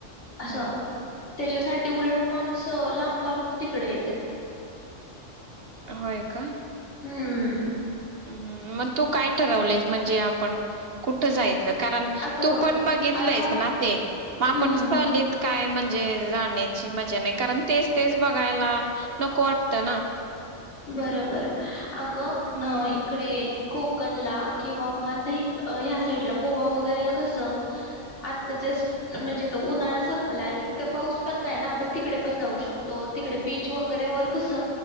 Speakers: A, on the left; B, on the right.
A: अस
B: हम्म
A: त्याच्यासाठी ती उलट माणसं लांब-लांबून तिकडे येत त्यात.
B: होय का?
A: हम्म.
B: ह मग तू काय ठरवलंयस म्हणजे आपण कुठ जायच? कारण
A: आता
B: तू
A: बघ
B: पण बघितलंयस
A: आता
B: ना ते मग
A: हम्म
B: आपण सहलीत काय म्हणजे जाणे मज्जा नाही कारण तेच तेच बघायला नको वाटत ना.
A: बरोबर अगं
B: हम्म
A: इकडे कोकण ला किंवा मग आता ह्या साईडला गोवा वगैरेला कस आता जस्ट म्हणजे त उन्हाळा सं पला आणि इतकं पाऊस पण नाही ना? पण तिकडे पण जाऊ शकतो तिकडे बीच वगैरे वर कस